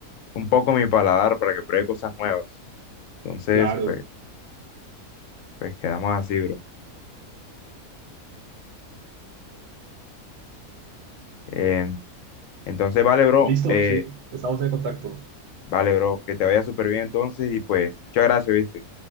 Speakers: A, on the left; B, on the right.
A: un poco mi paladar para que pruebe cosas nuevas. Entonces,
B: Claro.
A: pues, pues quedamos así, bro. Em, Entonces, vale, bro.
B: Listo,
A: eh,
B: sí, estamos en contacto.
A: vale, bro. Que te vaya súper bien entonces y pues, muchas gracias, ¿viste?